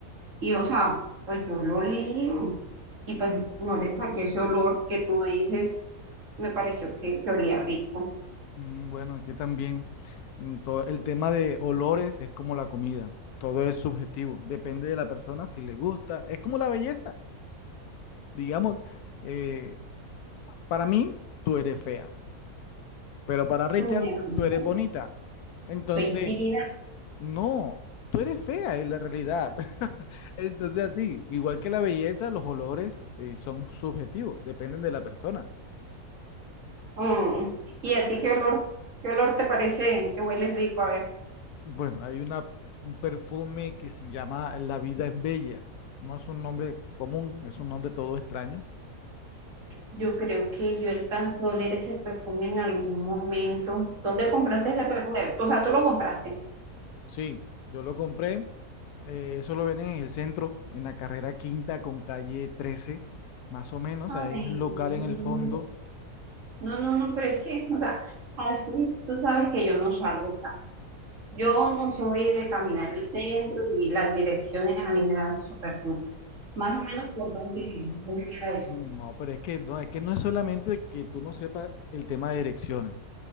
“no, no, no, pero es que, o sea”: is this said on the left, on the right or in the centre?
Right